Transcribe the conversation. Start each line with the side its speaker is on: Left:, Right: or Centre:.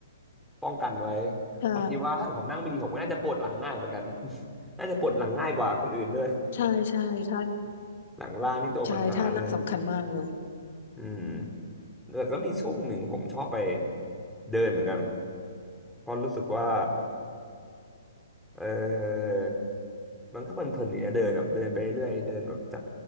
Centre: ป้องกันไว้
Left: ใช่
Centre: เพราะคิดว่าถ้าเกิดผมนั่งไม่ดีผมก็น่าจะปวดหลังง่ายเหมือนกัน <laughs> น่าจะปวดหลังง่ายกว่าคนอื่นด้วย
Left: ใช่ใช่ท่า
Centre: <laughs> หลังล่างนี่ตัวปัญหาเลย
Left: ใช่ท่านั่งสำคัญมากเลย
Centre: อืมแต่ก็มีช่วงหนึ่งผมชอบไปเดินเหมือนกันเพราะรู้สึกว่าเออมันก็เพลินๆดีนะเดินแบบเดินไปเรื่อยเดินแบบจาก